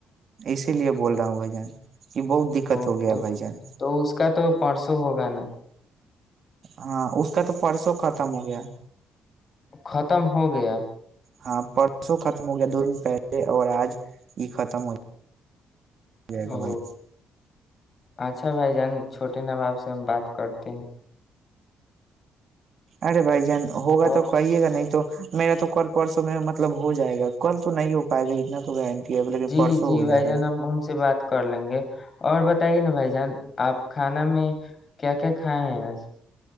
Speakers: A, on the right; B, on the left.
A: اسی لیے بول رہا ہوں بھائی جان کہ بہت دقت
B: او
A: ہو گیا
B: تو
A: بھائی جان
B: تو اس کا تو پرسوں ہوگا نا
A: ہاں اس کا تو پرسوں ختم ہو گیا
B: ختم ہو گیا
A: ہاں پرسوں ختم ہو گیا دو دن پہلے اور آج یہ ختم ہو جائے
B: او
A: گا بھائی
B: اچھا بائی جان چوٹے نواب سے ہم بات کر ت
A: ارے بھائی جان ہوگا
B: اور
A: تو کہئیے گا نہیں تو میرا تو کل پرسوں میں مطلب ہو جائے گا کل تو نہیں ہو پائے گا اتنا تو گارنٹی ہے لیکن
B: جی
A: پرسوں
B: جی
A: ہو
B: بھائی
A: جائے
B: جان ہم ان سے بات کر لیں گے اور بتائیے نا بھائی جان آپ کھانا میں کیا کیا کھائے ہیں آج